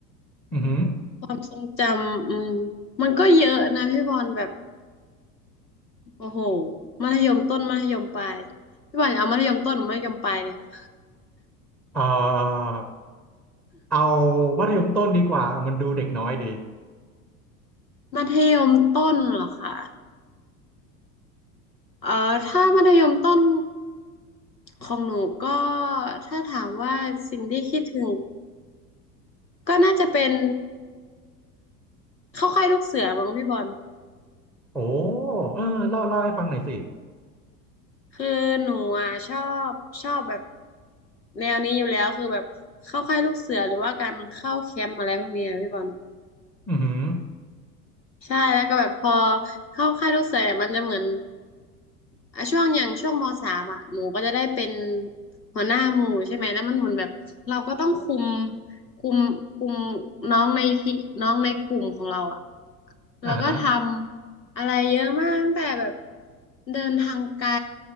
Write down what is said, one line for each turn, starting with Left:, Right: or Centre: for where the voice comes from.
Centre: อือหือ
Left: ความทรงจำอืมมันก็เยอะนะพี่บอลแบบโอ้โหมัธยมต้นมัธยมปลายพี่บอลเอามัธยมต้นหรือมัธยมปลายดีคะ
Centre: เอ่อเอามัธยมต้นดีกว่ามันดูเด็กน้อยดี
Left: มัธยมต้นเหรอคะเอ่อถ้ามัธยมต้นของหนูก็ถ้าถามว่าสิ่งที่คิดถึงก็น่าจะเป็นเข้าค่ายลูกเสือบ้างพี่บอล
Centre: โอ้เออเล่าเล่าให้ฟังหน่อยสิ
Left: คือหนูอ่ะชอบชอบแบบแนวนี้อยู่แล้วคือแบบเข้าค่ายลูกเสือหรือว่าการเข้าแคมป์อะไรพวกเนี้ยพี่บอล
Centre: อือหือ
Left: ใช่แล้วก็แบบพอเข้าค่ายลูกเสืออะมันจะเหมือน อ่ะช่วงอย่างช่วงมสามอ่ะหนูก็จะได้เป็นหัวหน้าหมู่ใช่ไหมแล้วมันเหมือนแบบเราก็ต้องคุมคุมคุมน้องในที่น้องในกลุ่มของเราอ่ะแล้วก็ทำอะไรเยอะมากตั้งแต่แบบ
Centre: อ่าฮะ
Left: เดินทางไกล